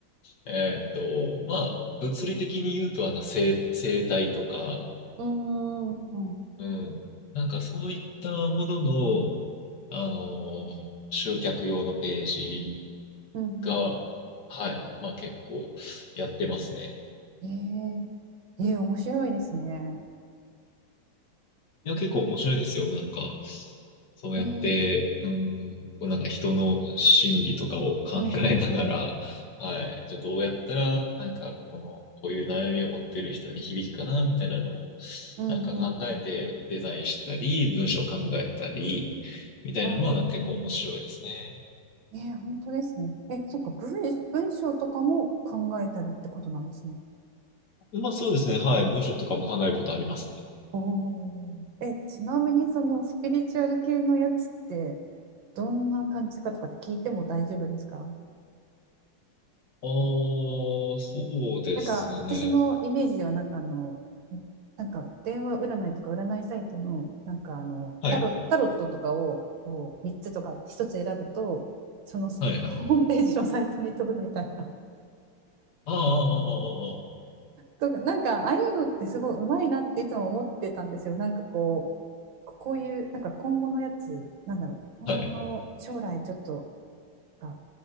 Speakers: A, on the left (about 55°); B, on the right (about 70°).
A: えーっと、まあ、物理的に言うと、あの、生、生態とか、
B: うんうーんうん
A: うん。なんかそういったものの、あのー集客用のページ
B: うん
A: が、はい。まあ結構やってますね。
B: うんへえええ面白いですね。
A: いや、結構面白いですよ。なんか、そうやって、
B: ねえ
A: うん、こうなんか人の心理とかを考えながら、
B: うんうんうん
A: はい、じゃあどうやったら、なんかこの、こういう悩みを持っている人に響くかな、みたいなのを、
B: うんうんうん
A: なんか考えてデザインしたり、文章を考えたり、みたいなのはなんか結構面白いですね。
B: ああねええ本当ですね。えそっか文、文章とかも考えたりってことなんですね。
A: まあそうですね、はい、文章とかも考えることありますね。
B: おーえ、ちなみにそのスピリチュアル系のやつってどんな感じかとかって聞いても大丈夫ですか
A: おあ、そうですね。
B: なんか私のイメージではなんかあの、なんか電話占いとか占いサイトのなんかあのタロ、
A: はい、
B: タロットとかをこう3つとか1つ選ぶとそのホームページのサイトに飛ぶみたいな。
A: はい、はい。ああ、ああ、あ
B: とか、なんかああいうのってすごいうまいなっていつも思ってたんですよ。なんかこう、こういうなんか今後のやつ、なんだろう、今後の将来ちょっと
A: あ、ああ、はい。
B: か